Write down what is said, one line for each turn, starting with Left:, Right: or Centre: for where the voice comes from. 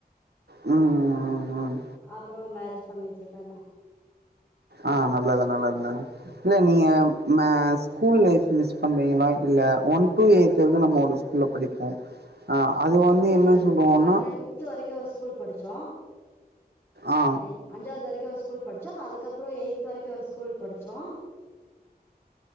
Right: ம் ம் ம்
Left: அப்புறோம் மேரேஜ் பண்ணி வச்சிட்டாங்க
Right: ஆஹ் நல்லது நல்லதுங்க இல்ல நீங்க அ ஸ்கூல் லைப் மிஸ் பண்றீங்களா இல்ல ஒன் டு எடய்த் நம்ம ஒரு ஸ்கூல்ல படிப்போ ஆ அது
Left: அப்டிதாங்க
Right: வந்து என்ன சொல்லுவோன்னா
Left: நாங்க ஃபிப்த் வரைக்கும் ஒரு ஸ்கூல் படிச் ஜா
Right: ஆ
Left: ஐ அஞ்சாவது வரைக்கு ஒரு ஸ்கூல் படிச்சோ அதுக்கப்றோ எய்த் வரைக்கு ஒரு ஸ்கூல் படிச்சோ